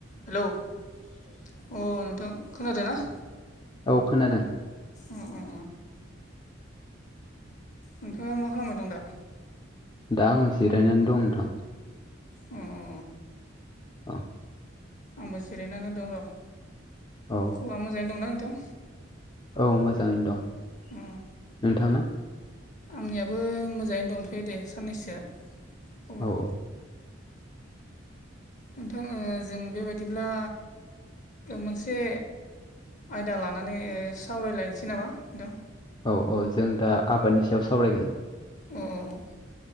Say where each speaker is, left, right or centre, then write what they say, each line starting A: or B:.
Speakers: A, on the left; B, on the left.
A: Hello अ नोंथां खोनादों ना?
B: औ खोनादों
A: अ अ अ नोंथाङा मा खालामबाय दं दा?
B: दा आङो जिरायनानै दं नोंथां।
A: उम उम
B: औ
A: आंबो जिरायनानै दं र'।
B: औ
A: <unintelligible> मोजाङै दंना नोंथां?
B: औ मोजाङैनो दं।
A: अ
B: नोंथांना?
A: आंनियाबो मोजाङैनो दंथ'यो दे साननैसोआ खबरा
B: औ औ
A: नोंथां जों बेबायदिब्ला मोनसे आयदा लानानै सावरायलायनोसै नामा नोंथां?
B: औ औ जों दा आबादनि सायाव सावरायगोन।
A: अम अम अम